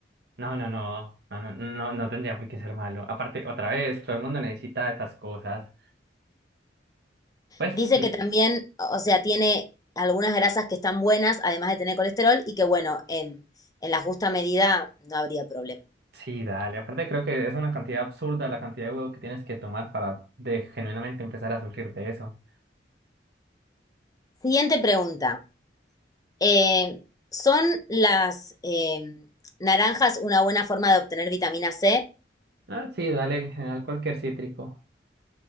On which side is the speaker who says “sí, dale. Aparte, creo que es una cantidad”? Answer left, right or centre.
Right